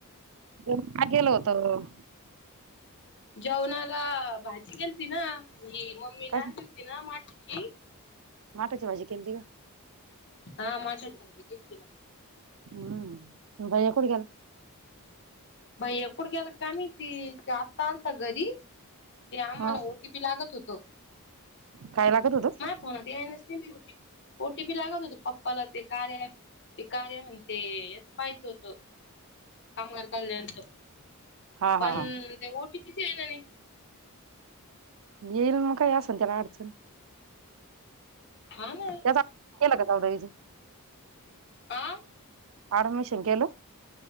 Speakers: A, on the right; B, on the left.
A: <unintelligible> काय केलं होतं?
B: जेवणाला भाजी केलती ना ही मम्मीनं
A: काय
B: आणली होती ना मठाची
A: मठाची भाजी केलती का?
B: हां मठाची भाजी केल
A: हम्म यो भैय्या कुठं गेला?
B: भैय्या कुठ गेला काय माहिती त्यो आत्ता आलता घरी ते आम्हाला
A: हा
B: ओ टी पी पी लागत होतं.
A: काय लागत होतं?
B: <unintelligible> द्याय नसती मी O T P O T P लागत होतं पप्पाला ते कार्या ॲप ते कार्या म्हणते याचं पाहायचं होतं <unintelligible> कल्याणच
A: हा
B: पण
A: हा हा
B: ते ओ टी पी च यायल नाही.
A: येईल मग काय असल त्याला अडचण.
B: हा ना.
A: त्याचा केलं का ताऊ ताईच.
B: आं?
A: ऍडमिशन केलं?